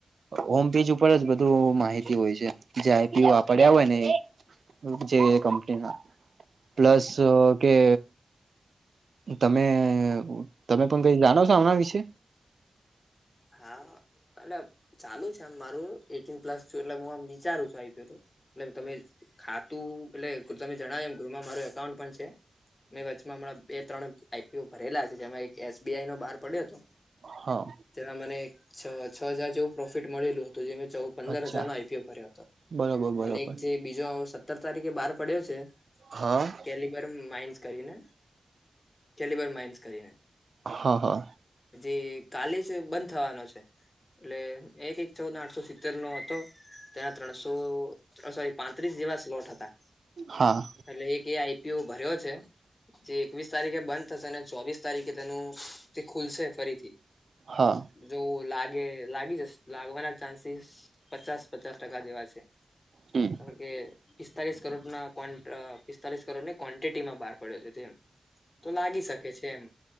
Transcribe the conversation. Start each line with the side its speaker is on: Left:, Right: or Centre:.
Right: હોમ પેજ ઉપર જ બધું માહિતી હોય છે જે આઈપી વાપર્યા હોય ને એ. જે કંપનીના પ્લસ કે. તમે તમે પણ કઈ જાણો છો આમના વિશે.
Left: હા અને ચાલુ છે એમ મારું. એટીન પ્લસ છું એટલે હું આમ વિચારું છું આઈપી એલું એટલે તમે. ખાતું એટલે તમે જણાવ્યું એમ ગૃહમાં માર એકાઉન્ટ પણ છે. મેં વચ્ચમાં હમણાં બે ત્રણ આઈપીઓ ભરેલા છે જેમાં એક એસબીઆઈ નો બહાર પડ્યો હતો.
Right: હા.
Left: ત્યાં મને એક છ છ હજાર જેવું પ્રોફિટ મળેલું હતું જે મેં ચૌદ પંદર
Right: અચ્છા
Left: હજારનો આઈપીઓ ભર્યો હતો.
Right: બરોબર બરોબર
Left: અને એક જે બીજો સત્તર તારીખે બાર પડ્યો છે.
Right: હહ
Left: કેલબર માઇન્સ કરીને કેલબર માઇન્સ કરીને.
Right: હા હા.
Left: જે કાલે જ બંધ થવાનો છે. એટલે એક એક ચૌદ આઠસો સિત્તેર નો હતો તેના. ત્રણસો સોરી પાંત્રીસ જેવા સ્લોટ હતા.
Right: હા
Left: એટલે એક એ આઈપીઓ ભર્યો છે. જે એકવીસ તારીખે બંધ થશે અને ચોવીસ તારીખે તેનું તે ખુલશે ફરીથી.
Right: હા
Left: જો લાગે લાગી જશે લાગવાના ચાન્સીસ પચાસ પચાસ ટકા જેવા છે.
Right: હમ
Left: કારણ કે પિસ્તાલીસ કરોડના કોન્ટ પિસ્તાલીસ કરોડની કોન્ટીટીમાં બહાર પડ્યો છે જેમ તો લાગી શકે છે એમ.